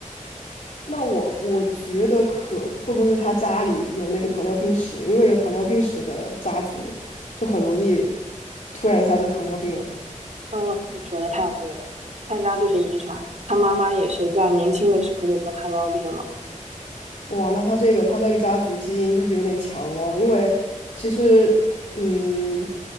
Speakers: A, on the left; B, on the right.
A: 那我我觉得可会不会是他家里有那个糖尿病史？因为有糖尿病史的家族，就很容易突然一下就糖尿病了。
B: 呃，你说的太对了，他家就是遗传，他妈妈也是在年轻的时候就得糖尿病了。
A: 哇，那他这个他这个家族基因就是有点强哦，因为其实，嗯，